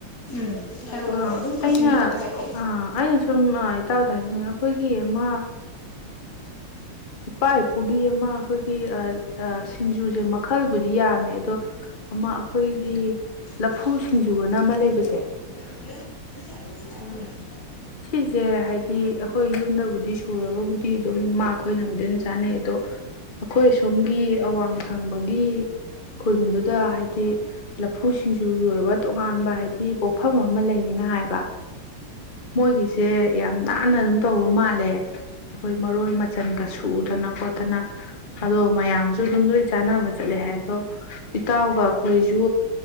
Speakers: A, on the left; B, on the left.
A: ꯎꯝ ꯍꯥꯏꯔꯛꯑꯣ
B: ꯑꯥ
A: ꯍꯥꯏꯔꯛꯑꯣ ꯑꯗꯨꯝ ꯀꯟꯇꯤꯅ꯭ꯌꯨ
B: ꯑꯩꯅꯥ
A: ꯇꯧꯔ ꯍꯥꯏꯔꯛꯑꯣ
B: ꯑ ꯑꯩꯅ ꯁꯨꯝ ꯏꯇꯥꯎꯗ ꯍꯥꯏꯖꯅꯤꯡꯉꯤ ꯑꯈꯣꯏꯒꯤ ꯑꯃ ꯏꯄꯥ ꯏꯄꯨꯒꯤ ꯑꯃ ꯑꯈꯣꯏꯒꯤ ꯑ ꯁꯤꯡꯖꯨꯖꯦ ꯃꯈꯜꯕꯨꯗꯤ ꯌꯥꯝꯃꯦ ꯑꯗꯣ ꯑꯃ ꯑꯩꯈꯣꯏꯒꯤ ꯂꯐꯨ
A: ꯎꯝ
B: ꯁꯤꯡꯖꯨꯑꯅ ꯑꯃ ꯂꯩꯕꯁꯦ
A: <inaudible>
B: ꯁꯤꯖꯦ ꯍꯥꯏꯗꯤ ꯑꯈꯣꯏ ꯌꯨꯝꯗꯕꯨꯗꯤ ꯁꯨꯔꯒꯕꯨꯗꯤ ꯑꯗꯨꯝ ꯃꯥ ꯈꯣꯏꯅꯕꯨꯗꯤ ꯑꯗꯨꯝ ꯆꯥꯟꯅꯩ ꯑꯗꯣ ꯑꯈꯣꯏ ꯁꯣꯝꯒꯤ ꯑꯋꯥꯡ ꯊꯪꯕꯒꯤ ꯈꯨꯟꯗꯨꯗ ꯍꯥꯏꯗꯤ ꯎꯝ ꯂꯐꯨ ꯁꯤꯡꯖꯨꯒꯤ ꯑꯣꯏꯕ ꯇꯣꯉꯥꯟꯕ ꯍꯥꯏꯗꯤ ꯄꯣꯛꯐꯝ ꯑꯃ ꯂꯩꯌꯦꯅ ꯍꯥꯏꯕ ꯃꯣꯏꯒꯤꯁꯦ ꯌꯥꯝ ꯅꯥꯟꯅ ꯑꯗꯨꯝ ꯇꯧꯕ ꯃꯥꯜꯂꯦ ꯑꯈꯣꯏ ꯃꯔꯣꯏ ꯃꯆꯟꯒ ꯁꯨꯗꯅ ꯈꯣꯠꯇꯅ ꯑꯗꯨꯃꯥꯏꯅ ꯃꯌꯥꯝꯖꯨ ꯑꯗꯨꯝ ꯂꯣꯏ ꯆꯥꯟꯅꯕ ꯆꯠꯂꯦ ꯍꯥꯏ ꯑꯗꯣ ꯏꯇꯥꯎꯒ ꯑꯈꯣꯏꯖꯨ